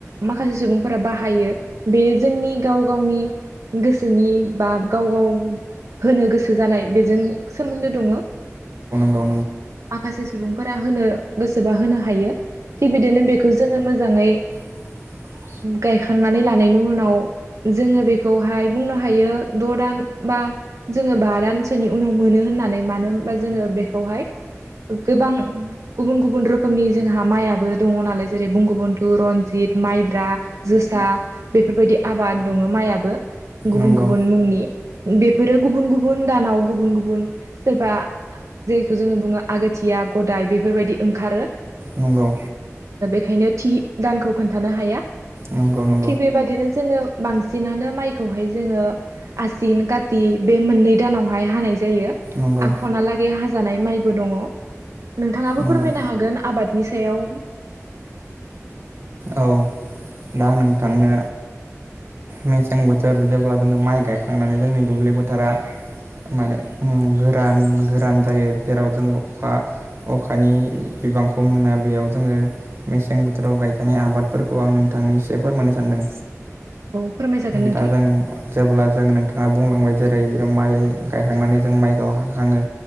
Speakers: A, on the right; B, on the right.
A: माखासे सुबुं फोरा बाहायो बेयो जोंनि गाव गावनि गोसोनि बा गाव गाव होनो गोसो जानाय बेजों सोमोन्दो दङ
B: औ नंगौ
A: माखासे सुबुंफोरा होनो गोसोबा होनो हायो थिग बिदिनो बेखौ जोङो मोजाङै
B: <unintelligible>
A: गायखांनानै लानायनि उनाव जोङो बेखौहाय बुंनो हायो द दान बा जोङो बा रानसोनि उनाव मोनो होननानै मानो होनबा जोङो बेखौहाय गोबां गुबुन गुबुन रोखोमनि जोंहा माइयाबो दङ नालाय जेरै बुंंगबन्थु रन्जित माइब्रा जोसा बेफोरबायदि आबाद दङ माइयाबो गुबुन
B: नंगौ
A: गुबुन मुंनि बेफोरो गुबुन गुबुन दानाव गुबुन गुबुन सोरबा जेरखौ जोङो बुङो आगोथिया गदाय बेफोरबायदि ओंखारो
B: नोंगौ
A: ओंखायनो थि दानखौ खोन्थानो हाया
B: नंगौ नं
A: थि बेबदिनो जोङो बांसिनानो माइखौहाय जोङो आसिन काति बे मोननै दानावहाय हानाय जायो
B: नंगौ
A: आखनालागै हाजानाय माइबो दङ नोंथाङाबो
B: नंगौ
A: फोरमायनो हागोन आबादनि सायाव
B: औ दा आं नोंथांनो मेसें बोथोर जेब्ला जोङो माइ गायखांनानै जोंनि दुब्लि बोथोरा माने ओ गोरान गोरान जायो जेराव जोङो अखा अखानि बिबांखौ मोना बेयाव जोङो मेसें बोथोराव गायखानाय आबादफोरखौ आं नों थांनै सेफोर मोननो सानदों
A: औ फोरमायजागोन नोंथां
B: दा जों जेब्ला जों नोंथाङा बुंलांबाय जेरै माइ गायखांनानै जों माइखौ हाखाङो